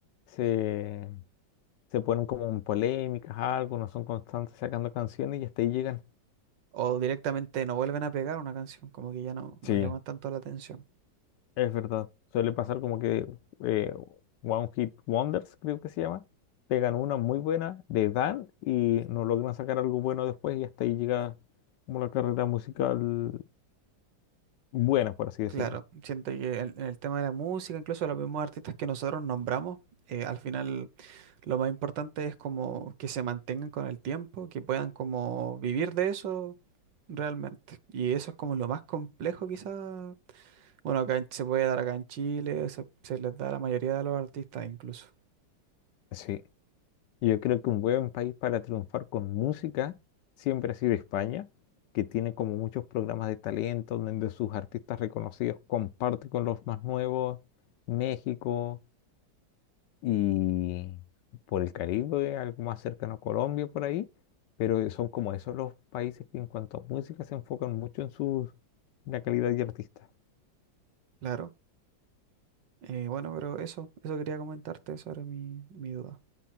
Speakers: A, on the left; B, on the right.
A: se, se ponen como en polémicas, algo, no son constantes sacando canciones y hasta ahí llegan.
B: O directamente no vuelven a pegar una canción, como que ya no,
A: Sí,
B: no llama tanto la atención.
A: Es verdad, suele pasar como que eh, One Hit Wonders, creo que se llama, pegan una muy buena de Dan y no logran sacar algo bueno después y hasta ahí llega como la carrera musical buena, por así decirlo.
B: Claro, siento que en, en el tema de la música, incluso los mismos artistas que nosotros nombramos, eh, al final lo más importante es como que se mantengan con el tiempo, que puedan como vivir de eso realmente. Y eso es como lo más complejo quizás Bueno, acá en- se puede dar acá en Chile, se, se les da a la mayoría de los artistas incluso.
A: Sí, yo creo que un buen país para triunfar con música siempre ha sido España, que tiene como muchos programas de talento donde sus artistas reconocidos comparte con los más nuevos, México y por el Caribe, algo más cercano a Colombia por ahí, pero son como esos los países que en cuanto a música se enfocan mucho en su la calidad de artista.
B: Claro. Eh, bueno, pero eso, eso quería comentarte sobre mi, mi duda.